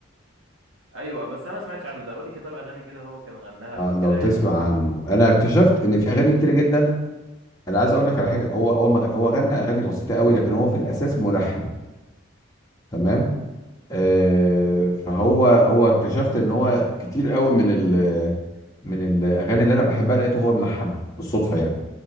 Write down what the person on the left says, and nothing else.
آه،
لو
تسمع عنه انا اكتشفت ان في اغاني كتير جدا انا عايز اقول لك على حاجه هو هو مغ... هو غنى اغاني بسيطه قوي لكن هو في الاساس ملحن تمام آه فهو هو اكتشفت ان هو كتير قوي من ال... من الاغاني اللي انا بحبها لقيته هو ملحنها بالصدفه يعني